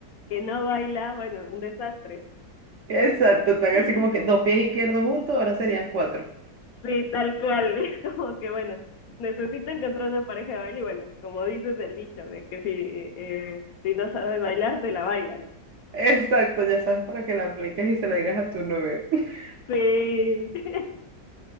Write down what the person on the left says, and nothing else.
que no baila, bueno, un desastre.
<laughs>
sí, tal cual. <laughs> Es como que, bueno, necesito encontrar una pareja de baile y bueno, como dices el dicho, de que si, eh, si no sabes bailar, te la bailan.
Sí, <laughs>